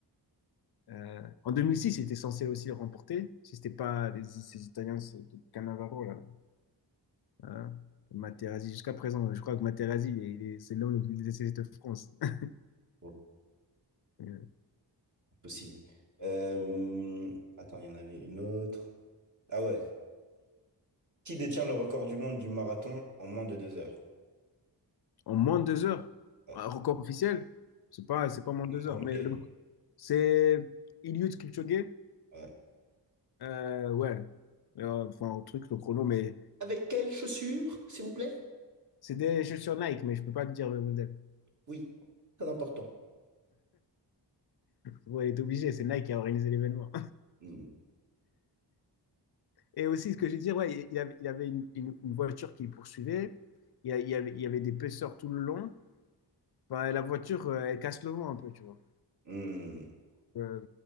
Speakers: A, on the left (about 60°); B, on the right (about 45°).
A: Euh, en 2006, il était censé aussi le remporter, si c'était pas les, ces Italiens, c'était Cannavaro, là. Euh, Materazzi, jusqu'à présent, je crois que Materazzi, il est- il est- c'est l'homme le plus décédé de France. <laughs>
B: oh,
A: Euh,
B: impossible. Euh, attends, il y en avait une autre. Ah ouais. Qui détient le record du monde du marathon en moins de deux heures?
A: en moins de deux heures,
B: Ouais.
A: un record officiel, c'est pas, c'est pas moins de deux
B: Homologué.
A: heures, mais le- c'est Eliud Kipchoge,
B: Ouais.
A: euh, ouais, Euh, enfin, un truc, le chrono, mais
B: Avec quelles chaussures, s'il vous plaît?
A: c'est des chaussures Nike, mais je peux pas te dire le modèle.
B: Oui, très important.
A: Ouais, il est obligé, c'est Nike qui a organisé l'événement.
B: Hmm.
A: Et aussi, ce que je disais, ouais, il avait, il avait une, une- une voiture qui le poursuivait. Il y, a- il y avait, il y avait des pêcheurs tout le long. Enfin, la voiture, euh, elle casse le vent un peu, tu vois.
B: Hmm.
A: Euh,